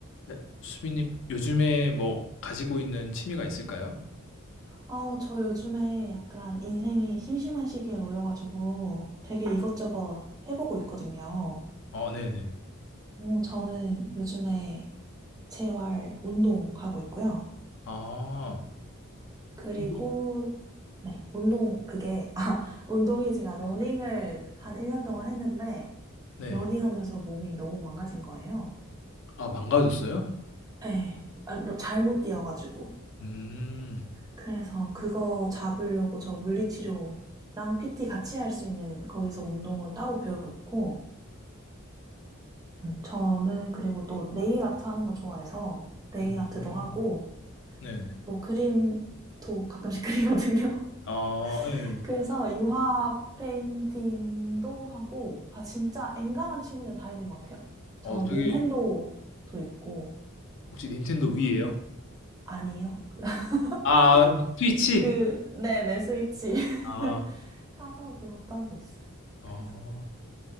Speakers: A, on the left (about 60°); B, on the right (about 15°).
A: 네. 수빈님, 요즘에 뭐 가지고 있는 취미가 있을까요?
B: 아, 저 요즘에 약간 인생이 심심한 시기에 놓여가지고 되게 이것저것 해보고 있거든요.
A: 어, 네네.
B: 어, 저는 요즘에 재활 운동하고 있고요.
A: 아,
B: 그리고,
A: 운동?
B: 네, 운동, 그게, <laughs> 아, 운동이 제가 러닝을 한 1년 동안 했는데,
A: 네.
B: 러닝하면서 몸이 너무 망가진 거예요.
A: 아, 망가졌어요?
B: 예, 아, 러- 잘못 뛰어가지고.
A: 음,
B: 그래서 그거 잡으려고 저 물리치료랑 PT 같이 할 수 있는 거기서 운동을 따로 배우고 있고, 음, 저는 그리고 또 네일 아트 하는 거 좋아해서 네일
A: 음,
B: 아트도 하고,
A: 네.
B: 또 그림도 가끔씩 그리거든요.
A: 아, 네.
B: <laughs> 그래서 유화 페인팅도 하고, 아, 진짜 엔간한 취미는 다 있는 것 같아요.
A: 어,
B: 저
A: 되게,
B: 닌텐도도 있고,
A: 혹시 닌텐도 위에요?
B: 아, 아니요. <laughs>
A: 아, 스위치?
B: 그, 네네, 스위치. <laughs>
A: 아,
B: 사서 그것도 하고 있어요.
A: 아.
B: 그래서